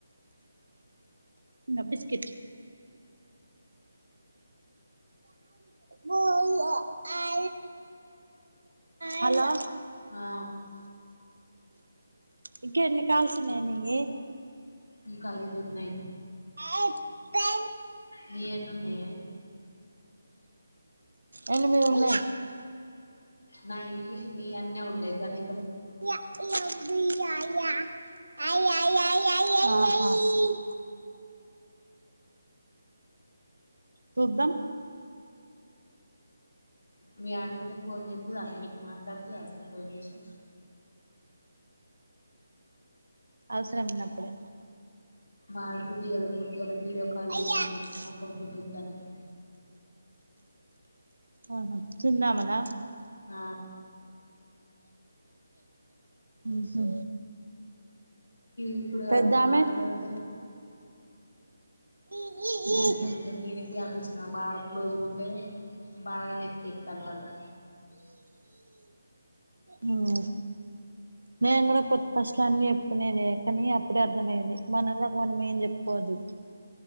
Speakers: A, on the right; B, on the left.
A: ఉ బిస్కట్ పో ఆ అ హలో
B: ఆ
A: ఇంక ఎన్ని కాల్స్ ఉనాయి
B: ఇంకా ఐదు ఉన్నాయి
A: ఆ కా
B: నీ ఎన్న ఉన్నాయ
A: ఎనిమిది ఉన్నాయి
B: నయ నీ అన్న ఉండేదనీ
A: ఎబ అయయియి అయి చూద్దాం
B: మీ ఆడుబిడ్డ ఫోన్ చేతదాన్న నీకు మాట్లాడుతదా సలు ఫోన్ చేసి
A: అవసరం ఉన్నపుడే
B: మా ఆడబిడ్డ ఇవాళ పొద్దుగాళ వీడియో కాల్
A: ఆహా
B: చేసింది నా కొడుకు చుత్తానికి
A: అవున చిన్న ఆమన
B: ఆ
A: ఉహు
B: ఇప్పుడు
A: పెద్దామె
B: అంత మాట్లాడుతాలే
A: ఉహు
B: అంటే నేనే గ్యాప్ ఇచ్చిన బాగా క్లోజ్గా ఉంటే బాగా నెత్తికి ఎతికెతాలు వాళ్ళు
A: ఉమ్ మేం కూడా కొత్త పస్లా అన్ని చెప్పుకునేది కానీ అప్పుడే అర్థమయేది మనల్లాకి మనం ఏం చెప్పుకోదు